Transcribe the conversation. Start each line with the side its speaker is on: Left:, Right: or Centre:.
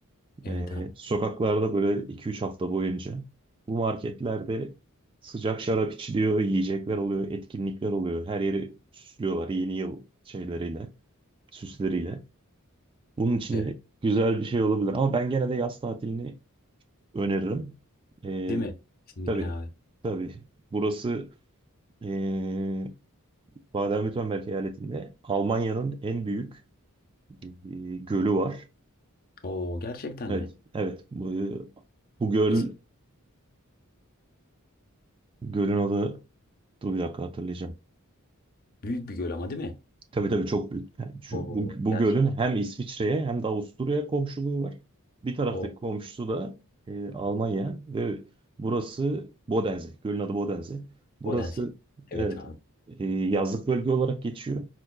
Left: Evet
Right: E,
Left: abi.
Right: sokaklarda böyle 2-3 hafta boyunca bu marketlerde sıcak şarap içiliyor, yiyecekler oluyor, etkinlikler oluyor. Her yeri süslüyorlar yeni yıl şeyleriyle, süsleriyle. Bunun için
Left: Evet,
Right: de güzel bir şey olabilir. Ama ben gene de yaz tatilini öneririm. E,
Left: değil mi? Kesinlikle
Right: tabii,
Left: abi.
Right: tabii. Burası ee, Baden-Württemberg eyaletinde Almanya'nın en büyük e, gölü var.
Left: Oo gerçekten
Right: Evet,
Left: mi?
Right: evet. Bu, bu göl,
Left: İs-
Right: gölün adı, dur bir dakika hatırlayacağım.
Left: Büyük bir göl ama değil mi?
Right: Tabii tabii çok büyük. Yani şu-
Left: O
Right: bu, bu
Left: gerçek
Right: gölün hem İsviçre'ye hem de Avusturya'ya komşuluğu var. Bir taraftaki
Left: o
Right: komşusu da e, Almanya ve burası Bodense. Gölün adı Bodense. Burası
Left: o dense. Evet
Right: evet
Left: abi.
Right: e, yazlık bölge olarak geçiyor.